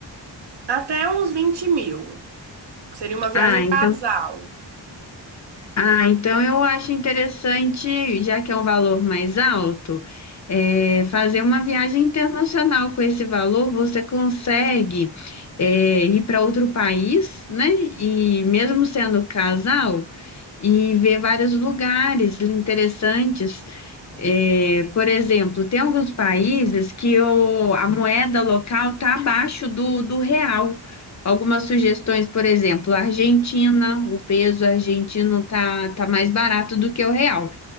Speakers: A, on the right; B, on the left.
A: Até uns vinte mil. Seria uma viagem
B: Ah, então
A: casal.
B: Ah, então eu acho interessante, já que é um valor mais alto, é, fazer uma viagem internacional com esse valor. Você consegue, é, ir para outro país, né? E mesmo sendo casal, e ver vários lugares interessantes. É, por exemplo, tem alguns países que o- a moeda local está abaixo do, do real. Algumas sugestões, por exemplo, a Argentina, o peso argentino tá, tá mais barato do que o real.